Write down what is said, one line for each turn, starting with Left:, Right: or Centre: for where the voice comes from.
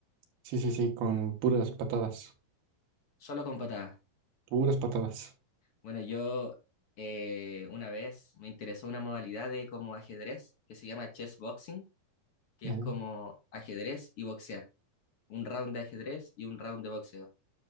Right: sí, sí, sí, con puras patadas,
Left: Solo con patadas.
Right: puras patadas.
Left: Bueno, yo eh, una vez me interesó una modalidad de como ajedrez que se llama chess boxing, que
Right: Ujú.
Left: es como ajedrez y boxear. Un round de ajedrez y un round de boxeo.